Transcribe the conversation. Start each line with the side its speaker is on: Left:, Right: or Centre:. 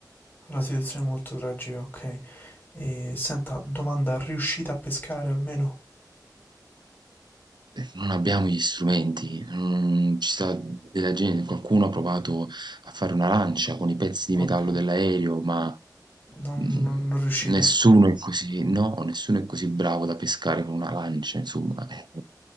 Left: La situazione è molto tragica, okay. E senta, domanda, riuscite a pescare almeno?
Right: Perché Non abbiamo gli strumenti, non ci sta della gente, qualcuno ha provato a fare una lancia con i pezzi di
Left: Okay.
Right: metallo dell'aereo, ma
Left: Non
Right: mm,
Left: non non riuscite.
Right: nessuno è così, no, nessuno è così bravo da pescare con una lancia, insomma. Eh,